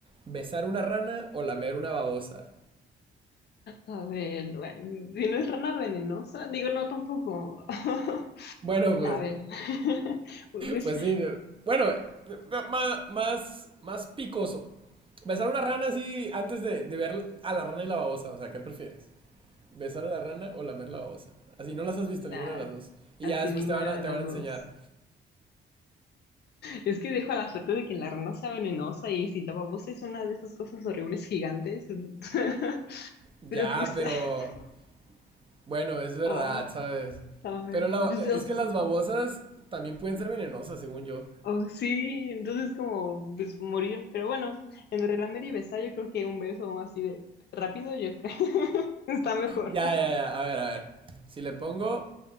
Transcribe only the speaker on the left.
A ver, bueno, si no es rana venenosa, digo no tampoco. <laughs>
A ver, <laughs> pues
nada,
así
ninguna
de
las
dos.
Es que dejo a la suerte de que la rana sea venenosa y si la babosa es una de esas cosas horribles gigantes. <laughs>
Pero que es-
<laughs>
Oh,
a ver.
pues, o
sea,
oh, sí, entonces como pues morir. Pero bueno, entre lamer y besar, yo creo que un beso así de rápido, yo creo. <laughs> Está mejor.